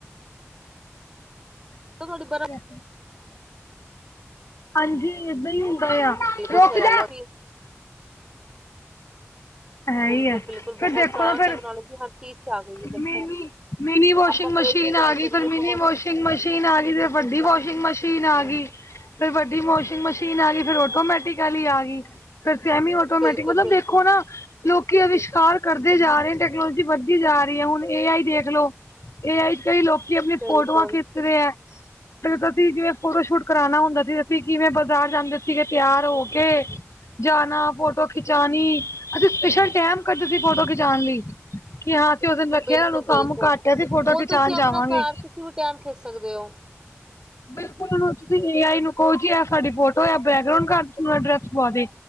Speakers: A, on the right; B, on the left.
A: ਤਾਂ ਤੁਹਾਡੀ ਬਰਫ਼
B: ਐਹ ਹਾਂਜੀ ਏਦਾਂ ਹੀ ਹੁੰਦਾ ਆ
A: ਬਿਲਕੁਲ
B: ਰੁਕ
A: ਸਹੀ ਗੱਲ
B: ਜਾ
A: ਹੈ
B: ਹੈ
A: ਬਿਲਕੁਲ
B: ਹੀ ਹੈ
A: ਬਿਲਕੁਲ
B: ਫਿਰ
A: ਬਹੁਤ
B: ਦੇਖੋ
A: ਜ਼ਿਆਦਾ
B: ਨਾ ਫਿਰ
A: ਟੈਕਨੋਲੋਜੀ ਹਰ ਚੀਜ਼ ਚ ਆ ਗਈ ਹੈ
B: ਮਿਨੀ
A: ਦੇਖੋ
B: ਮਿਨੀ ਵਾਸ਼ਿੰਗ
A: ਆਪਾਂ ਫਰਿਜ
B: ਮਸ਼ੀਨ
A: ਦੀ ਗੱਲ
B: ਆ ਗਈ
A: ਕਰੀਏ
B: ਫਿਰ ਮਿਨੀ
A: ਆਪਾਂ
B: ਵਾਸ਼ਿੰਗ ਮਸ਼ੀਨ ਆ ਗਈ ਫੇਰ
A: ਮਸ਼ੀਨ
B: ਵੱਡੀ
A: ਦੀ
B: ਵਾਸ਼ਿੰਗ ਗ ਮਸ਼ੀਨ ਆ ਗਈ ਫਿਰ ਵੱਡੀ ਵਾਸ਼ਿੰਗ ਮਸ਼ੀਨ ਆ ਗਈ ਫਿਰ ਆਟੋਮੈਟਿਕ ਆਲੀ ਆ ਗਈ ਫਿਰ ਸੈਮੀ ਆਟੋਮੈਟਿਕ
A: ਬਿਲਕੁਲ
B: ਮਤਲਬ
A: ਬਿਲਕੁਲ
B: ਦੇਖੋ ਨਾ ਲੋਕੀ ਅਵਿਸ਼ਕਾਰ ਕਰਦੇ ਵਧਦੇ ਜਾ ਰਹੇ ਟੈਕਨੋਲੋਜੀ ਵਧਦੀ ਜਾ ਰਹੀ ਹੈ ਹੁਣ ਏ ਆਈ ਦੇਖ ਲੋ ਏ ਆਈ ਤੇ ਈ ਲੋਕੀ ਆਪਣੀ
A: ਬਿਲਕੁਲ
B: ਫੋਟੋਆਂ ਖਿੱਚ ਖਿੱਚਦੇ ਆ ਜਿਵੇਂ ਫੋਟੋ ਸ਼ੂਟ ਕਰਾਉਣਾ ਹੁੰਦਾ ਤੇ ਅਸੀਂ ਕਿਵੇਂ ਬਾਜ਼ਾਰ ਜਾਂਦੇ ਸੀਗੇ ਤਿਆਰ ਹੋ ਕੇ ਜਾਣਾ ਫੋਟੋ ਖਿਚਾਉਣੀ ਅੱਛਾ ਸਪੈਸ਼ਲ ਟੈਮ ਕੱਢਦੇ ਸੀ ਫੋਟੋ ਖਿਚਾਉਣ ਲਈ ਕਿ ਹਾਂ ਅਸੀਂ ਉਸ ਦਿਨ ਰੱਖਿਆ
A: ਬਿਲਕੁਲ
B: ਤੁਹਾਨੂੰ ਕੰਮ
A: ਬਿਲਕੁਲ
B: ਘੱਟ ਹੈ ਅਸੀ ਫੋਟੋ
A: ਹੁਣ
B: ਖਿਚਾਉਣ
A: ਤੁਸੀਂ ਆਪਣਾ
B: ਜਾਵਾਂਗੇ
A: ਕਾਰ ਕਿਸੇ ਵੀ ਟਾਈਮ ਖਿੱਚ ਸਕਦੇ <unintelligible>
B: ਬਿਲਕੁਲ ਹੁਨ ਤੁਸੀਂ ਏ ਆਈ ਨੂੰ ਕਹੋ ਜੀ ਇਹ ਸਾਡੀ ਫੋਟੋ ਬੈਕਗਰਾਂਊਡ ਘਰ ਐਡਰੈਸ ਪਾ ਦੇ